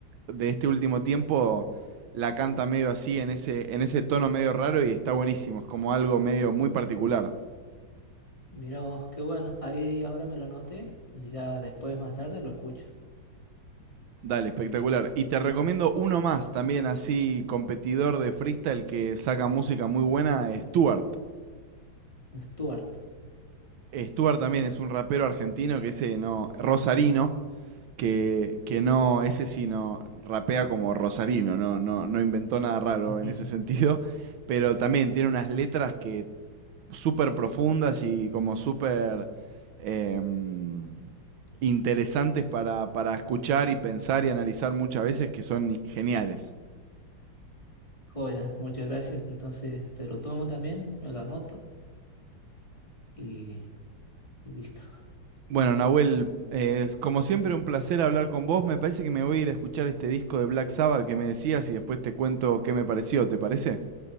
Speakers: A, on the right; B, on the left.
A: de este último tiempo, la canta medio así, en ese, en ese tono medio raro y está buenísimo. Es como algo medio muy particular.
B: Mira vos, qué bueno. Ahí ahora me lo anoté y ya después, más tarde, lo escucho.
A: Dale, espectacular. Y te recomiendo uno más, también así competidor de freestyle que saca música muy buena, Stuart.
B: Stuart.
A: Stuart también es un rapero argentino que ese no, rosarino, que, que no, ese sí no rapea como rosarino, no, no, no inventó nada raro
B: <laughs>
A: en ese sentido, pero también tiene unas letras que súper profundas y como súper em, interesantes para, para escuchar y pensar y analizar muchas veces que son geniales.
B: Joya, muchas gracias. Entonces te lo tomo también, me lo anoto y, y listo.
A: Bueno, Nahuel, eh, como siempre un placer hablar con vos. Me parece que me voy a ir a escuchar este disco de Black Sabbath que me decías y después te cuento qué me pareció, ¿te parece?